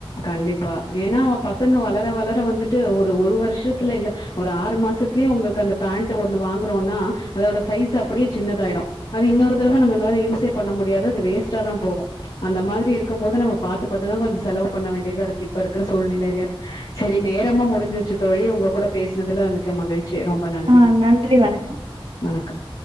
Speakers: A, on the left (about 70°); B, on the right (about 80°).
A: கண்டிப்பா ஏனா அவ பசங்க வளர வளர வந்துட்டு ஒரு ஒரு வருஷ்தல இல்ல ஒரு ஆறு மாசத்தலே அவுங்களுக்கு அந்த பேண்ட்டு ஒன்னு வாங்குறோனா அதோட சைஸ்சு அப்பிடியே சின்னதாயிடு அது இன்னொரு தரவ நம்மனாலு யூஸே பண்ண முடியாது அது வேஸ்ட்டா தா போவு அந்த மாதிரி இருக்கு போது நம்ம பாத்து பாத்துதா கொஞ்ச செலவு பண்ண வேண்டிதா இருக்கு இப்ப இருக்குற சூழ்நிலையில சரி நேரமா முடிஞ்சிருச்சி தோழி உங்க கூட பேசினதுல மிக்க மகிழ் ச்சி ரொம்ப நன்றி
B: ஆ நன்றி, வணக்கம்.
A: வணக்கம்